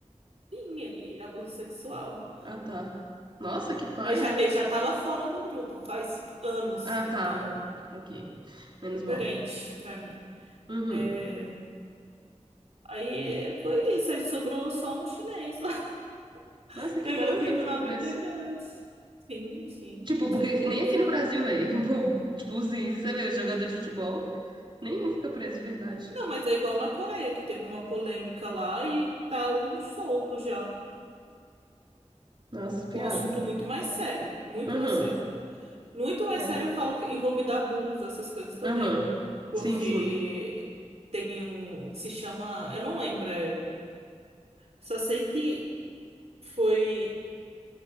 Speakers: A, on the right; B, on the right.
A: sim, ele é abuso sexual.
B: Ah, tá. Nossa, que paia.
A: Mas já, ele já tava fora do grupo faz anos,
B: Ah,
A: então,
B: tá. Ok. Menos
A: diferente
B: mal.
A: pra mim.
B: Uhum.
A: É, aí foi isso, aí sobrou só um chinês lá, <laughs>
B: Nossa,
A: que
B: que
A: agora
B: bom
A: tem
B: que ele
A: nove
B: ficou preso.
A: integrantes. Sim, sim,
B: Tipo,
A: com
B: porque
A: certeza.
B: aqui- nem aqui no Brasil, velho. <laughs> Tipo, assim, você vê, jogador de futebol, nenhum fica preso de verdade.
A: Não, mas é igual na Coreia, que teve uma polêmica lá e tá um solto já.
B: Nossa, piada.
A: Um assunto muito mais sério. Muito
B: Uhum.
A: mais sério. Muito mais
B: É.
A: sério, eu falo que envolvido abuso, essas coisas também.
B: Uhum.
A: Porque
B: Sim, sim.
A: tem um. Se chama. Eu não lembro. é- só sei que foi